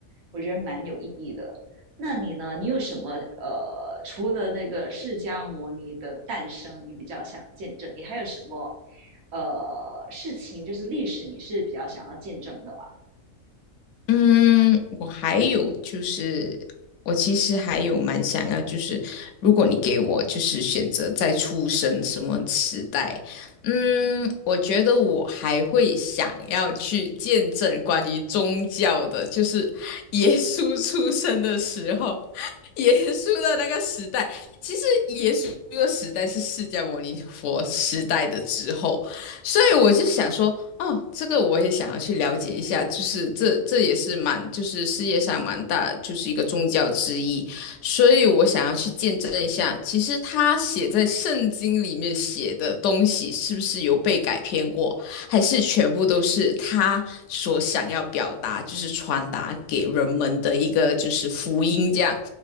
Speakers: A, on the right; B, on the left.
A: 我觉得蛮有意义的。那你呢？你有什么呃，除了那个释迦牟尼的诞生，你比较想见证？你还有什么呃事情，就是历史你是比较想要见证的吗？
B: 嗯，我还有就是，我其实还有蛮想要，就是如果你给我就是选择再出生什么时代，嗯，我觉得我还会想要去见证关于宗教的，就是 <laughs> 耶稣出生的时候，<laughs> 耶稣的那个时代。其实耶稣的时代是释迦牟尼佛时代的之后，所以我就想说。哦，这个我也想要去了解一下，就是这这也是蛮，就是世界上蛮大，就是一个宗教之一，所以我想要去见证一下，其实他写在圣经里面写的东西是不是有被改编过，还是全部都是他所想要表达，就是传达给人们的一个就是福音这样，